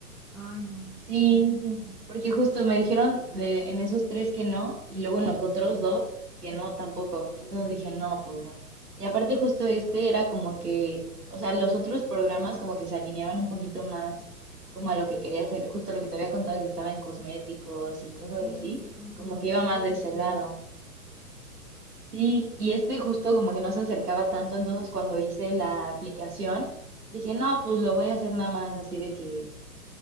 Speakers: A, in the centre; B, on the right.
A: Ay, no,
B: Sí,
A: no, no. no.
B: porque justo me dijeron de- en esos tres que no, y luego en los otros dos que no tampoco. Entonces dije, no, pues no. Y aparte justo este era como que, o sea, los otros programas como que se alineaban un poquito más como a lo que quería hacer, justo lo que te había contado que estaba en cosméticos y cosas
A: Eso,
B: así,
A: como que
B: como
A: se acerca
B: que iba más
A: a lo que
B: de ese
A: estudias.
B: lado. Sí, y este justo como que no se acercaba tanto, entonces cuando hice la aplicación, dije, no, pues lo voy a hacer nada más así de que,